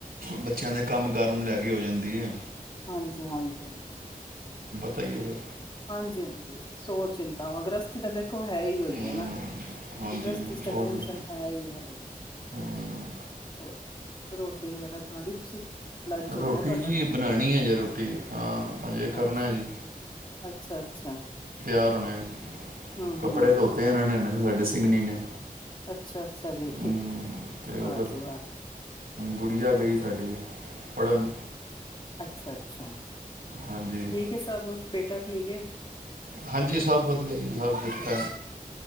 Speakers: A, on the right; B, on the left.
A: ਬੱਚਿਆਂ ਦਾ। ਅਤੇ ਕੰਮ ਕਾਰ ਨੂੰ ਲੈ ਕੇ ਹੋ ਜਾਂਦੀ ਹੈ।
B: ਹਾਂਜੀ, ਹਾਂਜੀ।
A: ਬਤਾਈਏ ਸਰਿਰ।
B: ਹਾਂਜੀ, ਹਾਂਜੀ ਸੋ ਚਿੰਤਾ ਵਾਂ ਗ੍ਰਸਤੀ ਤਾਂ ਵੇਖੋ ਹੈ। ਹੀ ਹੋਈ
A: ਹਮ,
B: ਹੈ ਨਾ
A: ਹਾਂਜੀ
B: ਗ੍ਰਸਤੀ ਚ ਤਾਂ
A: ਉਹੀ
B: ਟੈਸ਼ਨ ਹੈ ਹੀ ਹੈ।
A: ਹਮ,
B: ਹੋਰ ਰੋਟੀ ਵਗੈਰਾ ਖਾ ਲਈ ਤੁਸੀਂ। ਲੰਚ ਹੋ
A: ਰੋਟੀ
B: ਗਿਆ ਤੁਹਾਡਾ
A: ਜੀ ਬਣਾਉਣੀ ਹੈਜੇ ਰੋਟੀ। ਹਾਂ ਹਜੇ ਕਰਨਾ
B: ਅੱਛਾ
A: ਜੀ।
B: ਅੱਛਾ, ਅੱਛਾ।
A: ਘਰ ਹਨ
B: ਹਮ
A: ਕੱਪੜੇ
B: ਹਮ
A: ਧੋਤੇ ਇਹਨਾਂ ਨੇ ਉਹਨੇ ਸਾਡੇ ਸਿੰਗਨੀ ਨੇ
B: ਅੱਛਾ ਅੱਛਾ ਜੀ
A: ਹਮ ਤੇ ਉਹ
B: ਵਾਹ
A: ਫਿਰ
B: ਜੀ ਵਾਹ
A: ਗੁੜੀਆ ਗਈ ਸਾਡੀ ਪੜਨ
B: ਅੱਛਾ ਅੱਛਾ
A: ਹਾਂਜੀ
B: ਠੀਕ ਹੈ ਸਭ ਬੇਟਾ ਠੀਕ ਹੈ
A: ਹਾਂਜੀ ਸਭ ਵਧੀਆ ਜੀ ਸਭ ਕੁਕ
B: ਹੂੰ